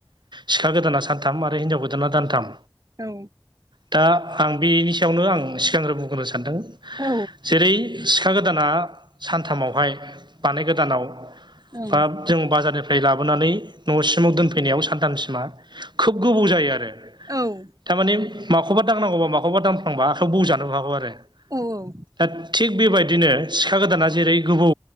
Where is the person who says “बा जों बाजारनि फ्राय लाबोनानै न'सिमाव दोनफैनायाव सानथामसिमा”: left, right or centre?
Right